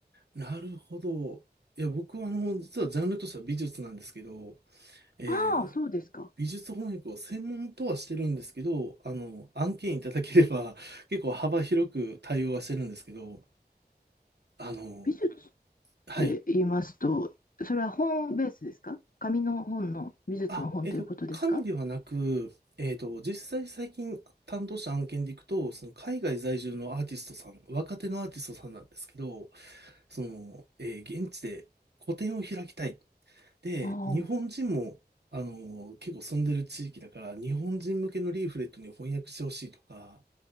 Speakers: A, on the right; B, on the left.
A: なるほど。いや、僕はあの、実はジャンルとしては美術なんですけど、え
B: ああ、そうですか。
A: 美術翻訳を専門とはしてるんですけど、あの、案件いただければ <laughs> 結構幅広く対応はしてるんですけど、あの、
B: 美術っ
A: はい。
B: て言いますと、それは本ベースですか紙の本の、美術の本ということですか
A: あ、えっと、紙ではなく、えっと、実際最近担当した案件でいくと、その海外在住のアーティストさん、若手のアーティストさんなんですけど、その、えー現地で個展を開きたい。で、
B: ああ、
A: 日本人も、あの、結構住んでる地域だから、日本人向けのリーフレットに翻訳してほしいとか、